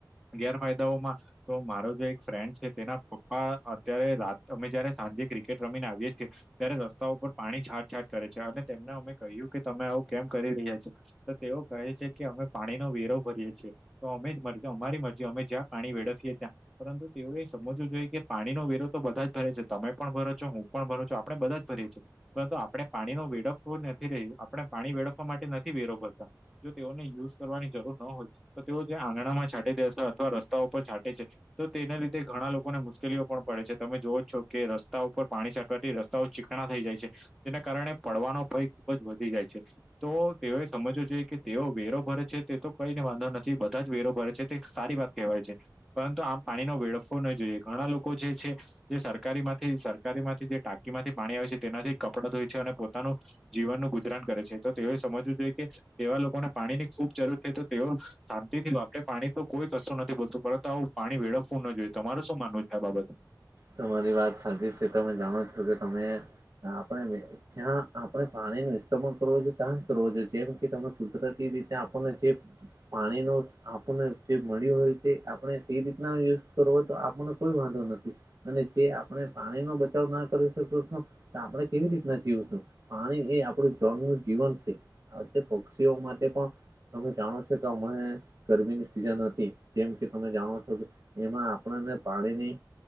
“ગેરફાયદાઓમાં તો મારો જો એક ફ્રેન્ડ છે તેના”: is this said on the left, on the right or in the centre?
Centre